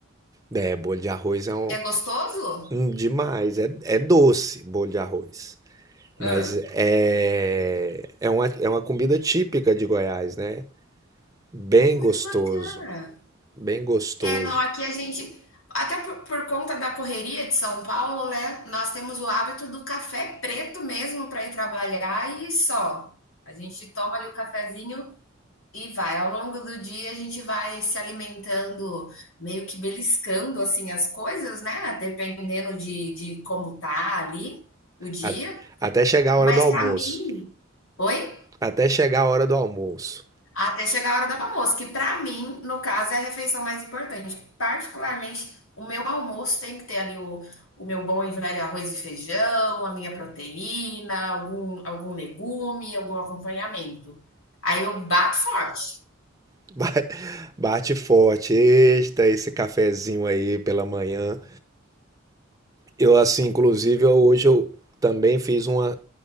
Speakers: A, on the right; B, on the left.
A: É, bolo de arroz é um,
B: É gostoso?
A: um demais. É, é doce, bolo de arroz.
B: Hã.
A: Mas é, é uma, é uma comida típica de Goiás, né? Bem
B: Muito
A: gostoso,
B: bacana.
A: bem gostoso.
B: É, não, aqui a gente, até por, por conta da correria de São Paulo, né? Nós temos o hábito do café preto mesmo para ir trabalhar e só. A gente toma ali o cafezinho E vai, ao longo do dia a gente vai se alimentando, meio que beliscando assim as coisas, né? Dependendo de, de como tá ali o dia.
A: A- Até chegar a
B: Mas
A: hora do almoço.
B: para mim, oi?
A: Até chegar a hora do almoço.
B: Até chegar a hora do almoço, que para mim, no caso, é a refeição mais importante. Particularmente, o meu almoço tem que ter ali o, o meu bom e velho arroz e feijão, a minha proteína, algum, algum legume, algum acompanhamento. Aí eu bato forte.
A: <laughs> Ba- Bate forte, eita, esse cafezinho aí pela manhã. Eu, assim, inclusive, eu- hoje eu também fiz uma,